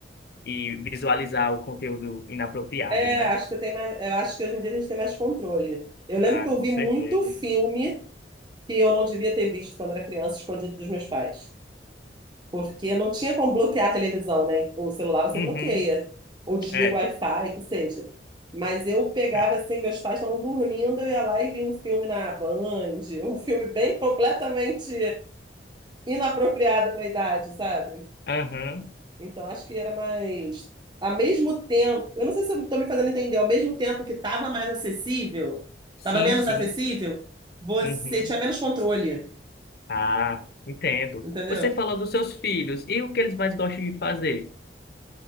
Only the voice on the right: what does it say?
É,
acho que você tem mais, eu acho que hoje em dia a gente tem mais controle. Eu lembro
que eu
vi
muito filme que eu não devia ter visto quando era criança, escondido dos meus pais. Porque não tinha como bloquear a televisão, né? O celular você
bloqueia, ou desliga
o Wi-Fi, que seja. Mas eu pegava
assim, meus pais estavam dormindo, eu ia lá e via um filme na Band, um filme bem completamente inapropriado para a idade, sabe?
Então, acho que era mais. Ao mesmo tempo, eu não sei se eu estou me fazendo entender, ao mesmo tempo que estava mais acessível,
estava menos
acessível, você
tinha menos controle,
entendeu?